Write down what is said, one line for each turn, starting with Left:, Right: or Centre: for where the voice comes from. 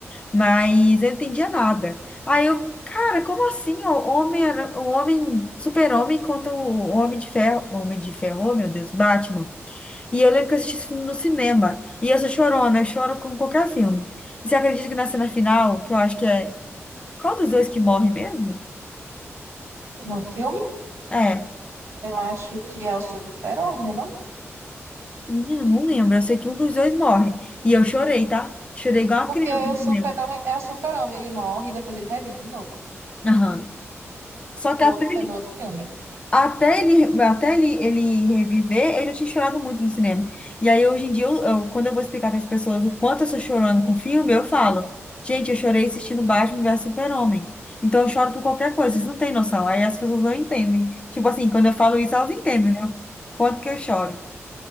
Left: Mas eu não entendia nada. Aí eu, cara, como assim? O homem, era- o homem, super-homem contra o Homem de Ferro. O Homem de Ferro, oh, meu Deus, Batman. E eu lembro que eu assisti esse filme no cinema. E eu sou chorona, eu choro com qualquer filme. E você acredita que na cena final, que eu acho que é. Qual dos dois que morre mesmo?
Right: No filme,
Left: É.
Right: eu acho que é o super-homem, né? Não?
Left: Menina, não lembro. Eu sei que um dos dois morre. E eu chorei, tá? Chorei igual uma
Right: Porque
Left: criança no
Right: o
Left: cinema
Right: super-homem é o super-homem. Ele morre e depois ele revive de novo.
Left: Aham. Só
Right: No
Left: que até
Right: outro,
Left: ele,
Right: no outro filme.
Left: até ele, até ele, ele reviver, eu já tinha chorado muito no cinema. E aí, hoje em dia, eu, eu- quando eu vou explicar para as pessoas o quanto eu sou chorando com filme, eu falo, gente, eu chorei assistindo Batman versus Super-Homem. Então, eu choro por qualquer coisa. Vocês não têm noção. Aí as pessoas não entendem. Tipo assim, quando eu falo isso, elas entendem, né? o Quanto que eu choro.